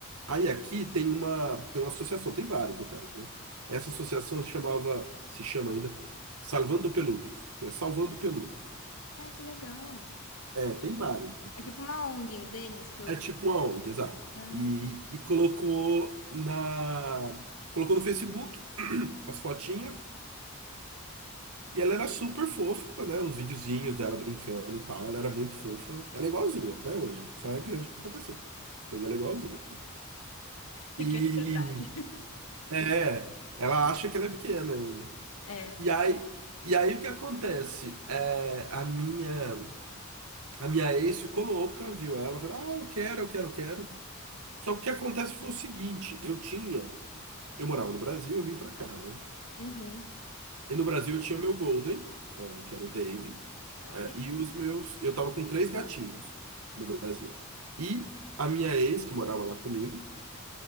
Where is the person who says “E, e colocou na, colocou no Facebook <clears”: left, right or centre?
Right